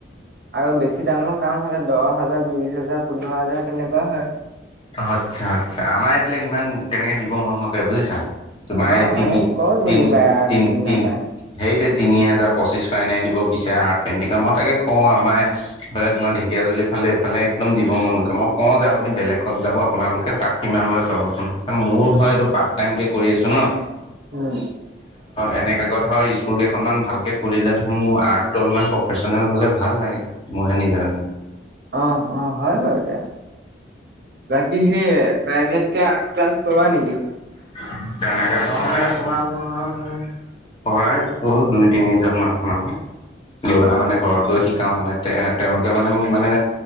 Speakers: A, on the right; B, on the left.
A: আৰু বেছি ডাঙৰ কাম হলে দহ হাজাৰ বিশ হাজাৰ পোন্ধৰ হাজাৰ তেনেকুৱা হয়।
B: আচ্ছা আচ্ছা আমাৰ এইবিলাক ইমান তেনেকে দিব মন নকৰে বুজিছা তোমাৰ
A: অ আমাৰ
B: তিনি
A: ইয়াত ক'ত বুজি পায় আৰ্ট
B: তি
A: বুজি নাপায়
B: তি সেইটোৱে তিনি হেজাৰ পঁচিছশ এনে দিব বিচাৰে আৰ্ট পেইণ্টিঙট মই তাকে কওঁ আমাৰ এইফালে তোমাৰঢেকীয়াাজুলি ফালে এইফালে একদম দিব মন লাগে মই কওঁ যে আপুনি বেলেগ যাব আপোনালোকে তাত কিমান লয় চাবচোন মোৰো ধৰ এইটো পাৰ্ট টাইম কে কৰি আছো ন। <inaudible>
A: উম।
B: এনেকে কৈ ধৰ স্কুল কেইখনমান ভালকে খুললে ধৰ মোৰ আৰ্টটো অলপমান পাৰ্চনেল হলে ভাল লাগে মইয়ে নিজৰ
A: অ', অ', হয় বাৰুতে বাকী সেই প্ৰাইভেট কে আৰ্ট ক্লাছ কৰোৱা নেকি?
B: <unintelligible> পঢ়াৰ দুই তিনিজন মানুহ লৰা
A: উম
B: মানে ঘৰত গৈ শিকাও মানে তেওঁলোকে মানে মোক মানে